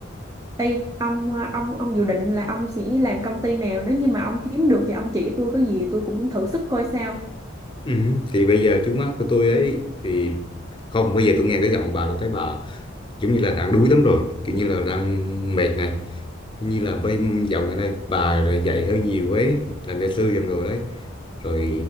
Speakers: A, on the right; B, on the left.
A: Ê, ông ông ông dự định là ông sẽ làm công ty nào nếu như mà ông kiếm được thì ông chỉ tôi có gì tôi cũng thử sức coi sao
B: ừ. thì bây giờ trước mắt của tôi ấy thì không bây giờ tôi nghe cái giọng bà tôi thấy bà giống như là đang đuối lắm rồi kiểu như là đang mệt này như là bên dạo gần đây bà là dạy hơi nhiều ấy làm gia sư làm đồ đấy rồi